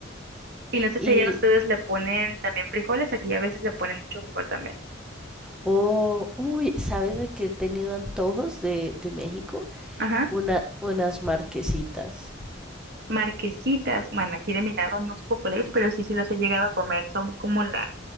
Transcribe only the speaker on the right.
Y no sé
si allá ustedes le ponen también frijoles, aquí a veces le ponen mucho frijol también.
Ajá.
Marquesitas, bueno, aquí de mi lado no son populares, pero sí, sí las he llegado a comer. Son como las,